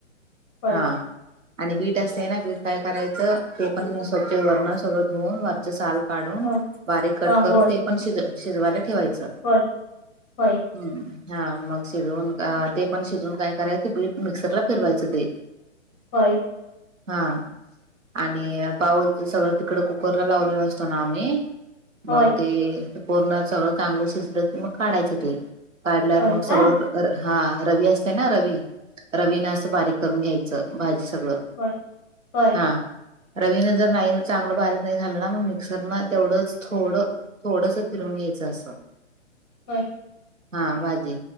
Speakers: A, on the left; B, on the right.
A: होय
B: हा आणि बीट असते ना बीट काय करायचं ते पण स्वच्छ वरण सगळं धुवन वरचं साल काढून
A: होय ह
B: बारीक कट
A: ह
B: करून
A: होय
B: ते पण शज शिजवायला ठेवायचं
A: होय होय
B: हम हा मग शिजवून ते पण शिजून काय करायचे बीट मिक्सरला फिरवायचं ते
A: होय
B: हा आणि पाऊलच सगळं तिकड कुकरला लावलेला असतो ना आम्ही
A: होय
B: मग ते पूर्ण सगळं चांगलं शिजलं की मग काढायचं ते काढल्यावर
A: होय
B: मग सगळं
A: का
B: हा रवी असते ना रवी रवीना असं बारीक करून घ्यायचं भाजी सगळं
A: हो होय
B: हा रवीन जर नाही चांगलं बारीक नाही झालं ना मग मिक्सर न तेवढंच थोडं थोडस फिरून घ्यायचं असं
A: ह
B: हा भाजी